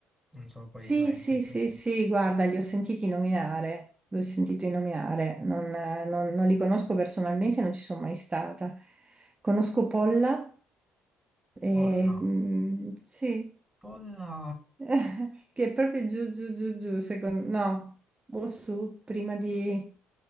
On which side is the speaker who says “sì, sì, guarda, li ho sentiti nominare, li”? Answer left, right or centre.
Right